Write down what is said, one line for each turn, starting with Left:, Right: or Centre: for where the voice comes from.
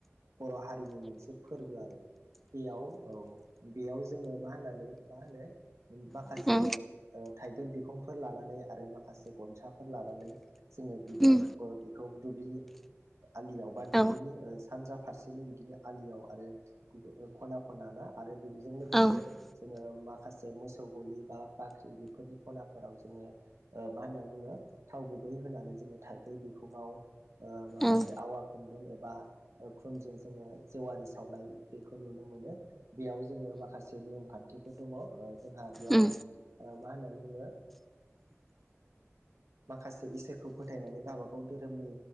Right: बर' हारिनि मोनसे फोरबो आरो बेयाव औ बेयाव जोङो मा होननानै मा होनो माखासे
Centre: औ
Right: थाइगिर बिखंफोर लानानै आरो माखासे गनसाफोर लानानै जोङो बेखौ
Centre: उम
Right: बेखौ दुब्लिनि आलियाव बा दुब्लिनि
Centre: औ
Right: सानजा फारसेनो बिदिनो आलियाव आरो खना खनाना आरो बेजों लोगोसे
Centre: औ
Right: जोङो मा माखासे मोसौ गलि बा बाख्रि बेफोरनि खनाफोराव जोङो मा होनना बुङो थाव गु बै होनानै जोङो थाइगिर सिगांङाव माखासे
Centre: औ
Right: आवा खुनदुं बा खुनजों जोङो जेवारि सावनाय बेखौ नुनो मोनो। बेयाव जोङो माखासे नियम खान्थिफोर दङ जोंहा बेयाव
Centre: उम
Right: मा होननानै बुङो माखासे इसोरखौ फोथायनानै गावबा गाव धोरोमनि